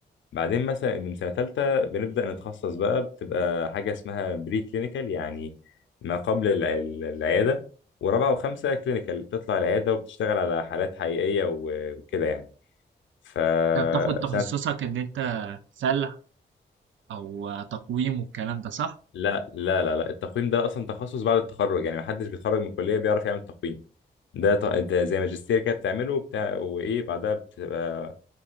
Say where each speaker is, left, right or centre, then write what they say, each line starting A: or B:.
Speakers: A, on the left (about 80°); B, on the right (about 90°).
A: بعدين مثلا من سنة تالتة بنبدأ نتخصص بقى بتبقى حاجة اسمها بري كلينيكال يعني ما قبل الع- العيادة ورابعة وخمسة كلينيكال بتطلع العيادة وبتشتغل على حالات حقيقية و- وكده يعني ف
B: انت بتاخد تخصصك
A: سنة
B: ان انت سلع او تقويم والكلام ده صح؟
A: لا لا لا لا التقويم ده أصلا تخصص بعد التخرج يعني محدش بيتخرج من الكلية بيعرف يعمل تقويم ده ط... ده زي ماجستير كده بتعمله بتاع وإيه بعدها بتبقى